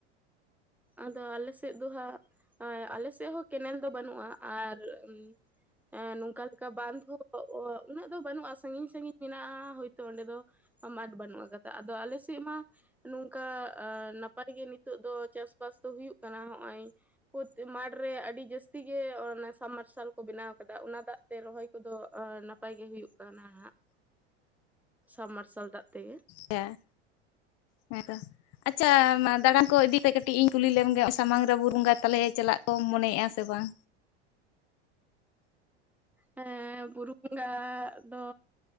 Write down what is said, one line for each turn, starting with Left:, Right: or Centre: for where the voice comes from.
Centre: ᱟᱫᱚ ᱟᱞᱮ ᱥᱮᱫ ᱫᱚ ᱦᱟᱸᱜ ᱟᱞᱮᱥᱮᱫ ᱦᱚᱸ ᱠᱮᱱᱮᱞ ᱫᱚ ᱵᱟᱹᱱᱩᱜᱼᱟ ᱟᱨ ᱾ ᱱᱚᱝᱠᱟ ᱞᱮᱠᱟ ᱵᱟᱸᱫᱷ ᱦᱚᱸ ᱩᱱᱟᱹᱜ ᱫᱚ ᱵᱟᱹᱱᱩᱜᱼᱟ ᱥᱟᱺᱜᱤᱧ ᱥᱟᱺᱜᱤᱧ ᱢᱮᱱᱟᱜᱼᱟ ᱦᱳᱭᱛᱳ ᱚᱸᱰᱮ ᱫᱚ ᱢᱟᱴᱷ ᱵᱟᱹᱱᱩᱜ ᱠᱟᱫᱟ ᱟᱫᱚ ᱟᱞᱮ ᱥᱮᱫ ᱢᱟ ᱱᱚᱝᱠᱟ ᱱᱟᱯᱟᱭᱜ ᱜᱮ ᱱᱤᱛᱚᱜ ᱫᱚ ᱪᱟᱥ ᱪᱵᱥ ᱫᱚ ᱦᱩᱭᱩᱜ ᱠᱟᱱᱟ ᱱᱚᱜᱼᱚᱭ ᱢᱟᱴᱷ ᱨᱮ ᱟᱹᱰᱤ ᱡᱟᱹᱥᱛᱤ ᱜᱮ ᱚᱱᱟ ᱥᱟᱵᱢᱟᱨᱥᱟᱞ ᱠᱚ ᱵᱮᱱᱟᱣ ᱟᱠᱟᱫᱟ ᱚᱱᱟ ᱫᱟᱜ ᱛᱮ ᱨᱚᱦᱚᱭ ᱠᱚᱫᱚ ᱱᱟᱯᱟᱭ ᱜᱮ ᱦᱩᱭᱩᱜ ᱠᱟᱱᱟ ᱦᱟᱸᱜ ᱥᱟᱵ ᱢᱟᱨᱥᱟᱞ ᱫᱟᱜ ᱛᱮᱜᱮ
Left: ᱦᱮᱸ ᱦᱮᱸᱛᱚ ᱟᱪᱷᱟ ᱫᱟᱬᱟᱱ ᱠᱚ ᱤᱫᱤᱛᱮ ᱠᱟᱹᱴᱤᱡ ᱤᱧ ᱠᱩᱞᱤ ᱞᱮᱢᱜᱮ ᱥᱟᱢᱟᱝ ᱨᱮ ᱵᱩᱨᱩ ᱵᱚᱸᱜᱟ ᱛᱟᱞᱮ ᱪᱟᱞᱟᱜ ᱠᱚ ᱢᱚᱱᱮᱭᱼᱟ ᱥᱮ ᱵᱟᱝ?
Centre: ᱦᱮᱸ ᱵᱩᱨᱩ ᱵᱚᱸᱜᱟ ᱫᱚ